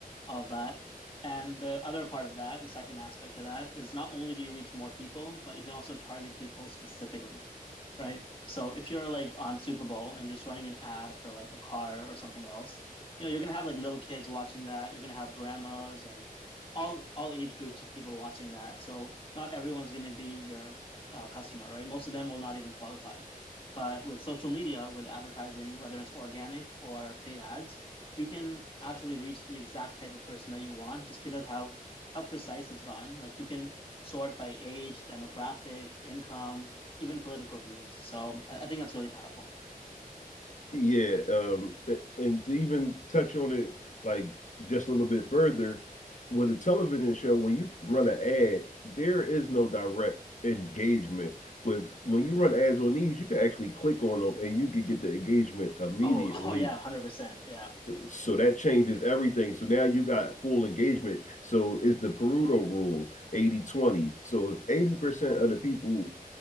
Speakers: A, on the left; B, on the left.
A: all of that. And the other part of that, the second aspect of that, is not only do you reach more people, but you can also target people specifically right? So if you're like on Super Bowl and you're just running an ad for like a car or something else, you know, you're gonna have like little kids watching that. You're gonna have grandmas and all all age groups of people watching that. So not everyone's gonna be your uh, customer, right? Most of them will not even qualify. But with social media, with advertising, whether it's organic or paid ads, you can actually reach the exact type of person that you want just because how how precise it's gotten. Like you can sort by age, demographic, income even political views. So I, I think that's really powerful.
B: Yeah, um, and to even touch on it like just a little bit further, with a television show, when you run an ad, there is no direct engagement with when you run ads on these, you can actually click on them and you can get the engagement immediately.
A: Oh, <laughs> oh yeah, 100%. Yeah.
B: So
A: Yeah.
B: that changes everything. So now you got full engagement. So it's the Pareto rule, eighty twenty. So if 80% of the people